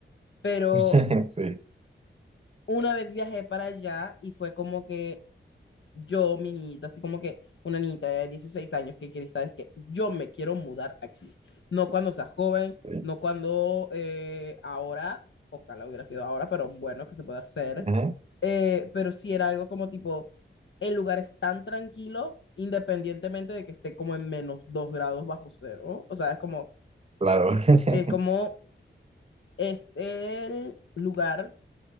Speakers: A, on the left (about 70°); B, on the right (about 30°).
A: pero
B: <laughs> Sí,
A: una vez viajé para allá y fue como que yo, mi niñita, así como que una niñita de 16 años que quiere, sabes que yo me quiero mudar aquí, no cuando sea joven,
B: sí.
A: no cuando eh, ahora, ojalá hubiera sido ahora, pero bueno, que se puede hacer,
B: Ujú,
A: Eh, pero sí era algo como tipo, el lugar es tan tranquilo, independientemente de que esté como en menos 2 grados bajo cero, o sea, es como...
B: Claro. <laughs>
A: Es como es el lugar